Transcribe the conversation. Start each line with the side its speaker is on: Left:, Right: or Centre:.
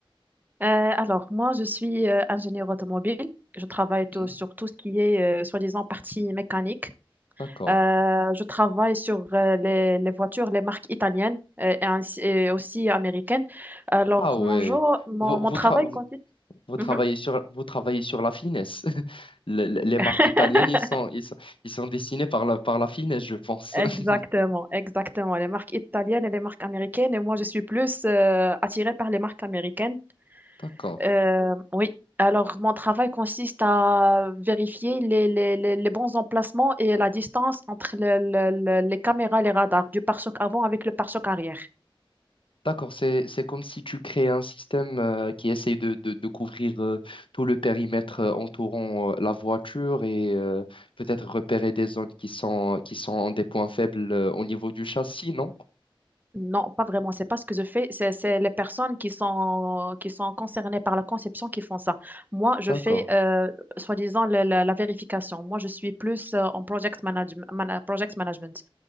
Right: Euh, alors, moi, je suis euh, ingénieur automobile. Je travaille tout-
Left: Mhm,
Right: sur tout ce qui est, euh, soi-disant, partie mécanique.
Left: D'accord.
Right: Euh, je travaille sur euh, les, les voitures, les marques italiennes euh, et, ainsi- et aussi américaines. Alors,
Left: Ah ouais.
Right: mon jour, mon,
Left: Vous,
Right: mon
Left: vous,
Right: travail
Left: tra-
Right: consiste...
Left: Vous travaillez
Right: Mhm.
Left: sur, vous travaillez sur la finesse. <laughs> Le- le- Les,
Right: <laughs>
Left: marques italiennes, ils sont, ils sont, ils sont dessinés par la, par la finesse, je pense.
Right: Exactement,
Left: <laughs>
Right: exactement. Les marques italiennes et les marques américaines. Et moi, je suis plus euh, attirée par les marques américaines.
Left: D'accord.
Right: Euh, oui. Alors, mon travail consiste à vérifier les, les- les- les bons emplacements et la distance entre le- le- le- les caméras et les radars du pare-choc avant avec le pare-choc arrière.
Left: D'accord, c'est, c'est comme si tu crées un système euh, qui essaie de, de, de couvrir euh, tout le périmètre euh, entourant euh, la voiture et euh, peut-être repérer des zones qui sont, qui sont des points faibles euh, au niveau du châssis, non?
Right: Non, pas vraiment. C'est pas ce que je fais. C'est c'est les personnes qui sont, qui sont concernées par la conception qui font ça. Moi, je
Left: D'accord.
Right: fais, euh, soi-disant, le- le- la vérification. Moi, je suis plus euh, en project manage- mana- project management.